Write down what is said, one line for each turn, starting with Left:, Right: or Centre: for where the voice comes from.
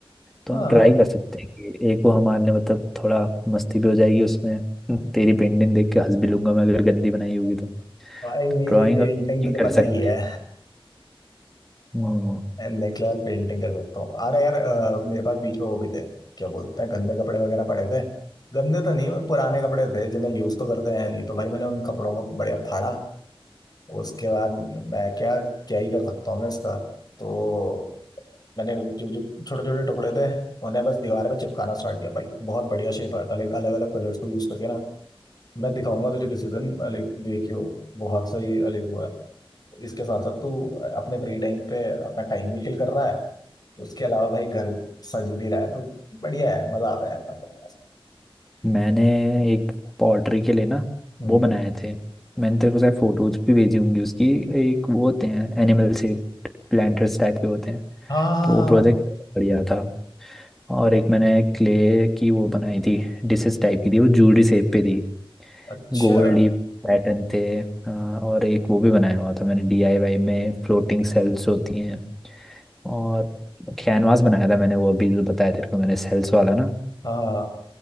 Centre: तो
Left: हाँ
Centre: हम ट्राई कर सकते हैं कि एक वो हमारे मतलब थोड़ा मस्ती भी हो जाएगी उसमें <laughs> तेरी पेंटिंग देख के हंस भी लूंगा मैं अगर गंदी बनाई होगी तो
Left: भाई मेरी
Centre: ड्राइंग
Left: पेंटिंग
Centre: और पेंटिंग
Left: तुझे
Centre: कर
Left: पता
Centre: सकते
Left: ही है
Centre: हैं हम्म,
Left: यार मैं फिलहाल पेंटिंग कर सकता हूँ अरे यार अ, मेरे पास बीच में वो भी थे क्या बोलते हैं गंदे कपड़े वगैरह पड़े थे गंदे तो नहीं पुराने कपड़े थे जिन्हें यूज तो करते हैं नहीं तो भाई मैंने उन कपड़ों को बढ़िया फाड़ा उसके बाद मैं क्या क्या ही कर सकता हूँ मैं इसका तो मैंने जो जो छोटे छोटे टुकड़े थे उन्हें बस दीवार पे चिपकाना स्टार्ट किया भाई बहुत बढ़िया शेप आया था लाइक अलग अलग कलर्स को यूज करके ना मैं दिखाऊंगा तुझे किसी दिन लाइक देखियो बहुत सही लाइक वो है इसके साथ साथ तू अपने फ्री टाइम पे अपना टाइम भी किल कर रहा है उसके अलावा भाई घर सज भी रहा है तो बढ़िया है मजा आता है यार खाने में।
Centre: मैंने एक पॉटरी के लिए ना
Left: हम्म
Centre: वो बनाए थे मैंने तेरे को शायद फोटोज भी भेजी होंगी उसकी एक वो होते हैं एनिमल शेप प्लांटर्स टाइप के होते हैं
Left: हाँ
Centre: तो वो प्रोजेक्ट बढ़िया था और एक मैंने क्ले की वो बनाई थी डिशेस टाइप की थी वो जूडी शेप पे थी
Left: अच्छा
Centre: गोल्ड लीफ पैटर्न थे हाँ, और एक वो भी बनाया हुआ था मैंने डीआईवाई में फ्लोटिंग सेल्स होती हैं और कैनवास बनाया था मैंने वो अभी जो बताया तेरे को मैंने सेल्स वाला ना
Left: हाँ